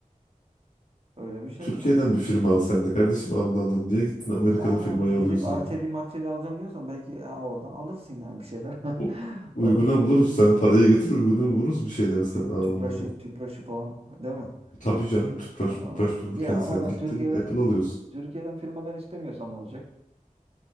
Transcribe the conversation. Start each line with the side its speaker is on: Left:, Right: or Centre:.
Right: Öyle bir şey
Left: Türkiye'den
Right: yani.
Left: bir firma al sen de kardeşim Allah Allah. Niye gittin Amerikalı
Right: Ha,
Left: firmayı
Right: gidip
Left: alıyorsun
Right: Arçelik'i
Left: ya?
Right: Marçelik'i alacağım diyorsan belki ya, oradan alırsın yani bir şeyler.
Left: U-
Right: <laughs>
Left: uyguna
Right: Alırsın.
Left: buluruz sen parayı getir uyguna buluruz bir şeyler sen
Right: Tüp,
Left: Allah
Right: tüpraşı,
Left: Allah.
Right: tüpraşı falan değil mi?
Left: Tabii canım tüpraş
Right: Ha, Ama,
Left: müpraş dururken
Right: ya
Left: sen
Right: ama ben
Left: gittin
Right: Türkiye'den
Left: Apple alıyorsun.
Right: Türkiye'den firma ben istemiyorsam ne olacak?